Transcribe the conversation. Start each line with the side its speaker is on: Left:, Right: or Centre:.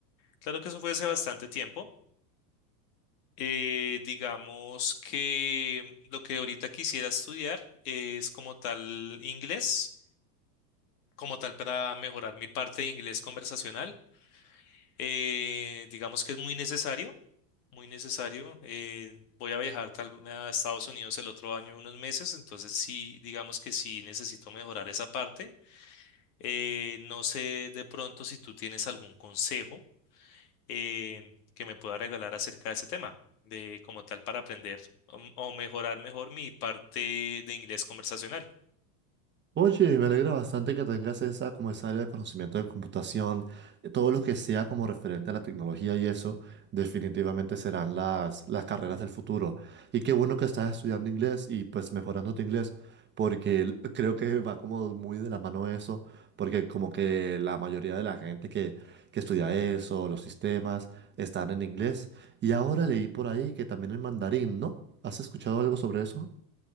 Left: Claro que eso fue hace bastante tiempo. Eh, digamos que lo que ahorita quisiera estudiar es como tal inglés como tal para mejorar mi parte de inglés conversacional. Eh, digamos que es muy necesario, muy necesario. Eh, voy a viajar tal, a Estados Unidos el otro año unos meses, entonces sí, digamos que sí necesito mejorar esa parte. Eh, no sé de pronto si tú tienes algún consejo eh, que me pueda regalar acerca de ese tema, de como tal para aprender o, o mejorar mejor mi parte de inglés conversacional.
Right: Oye, me alegra bastante que tengas esa, como esa área de conocimiento de computación, eh, todo lo que sea como referente a la tecnología y eso, definitivamente serán las, las carreras del futuro. Y qué bueno que estás estudiando inglés y pues mejorando tu inglés, porque l- creo que va como muy de la mano eso, porque como que la mayoría de la gente que, que estudia eso, los sistemas, están en inglés. Y ahora leí por ahí que también el mandarín, ¿no? ¿Has escuchado algo sobre eso?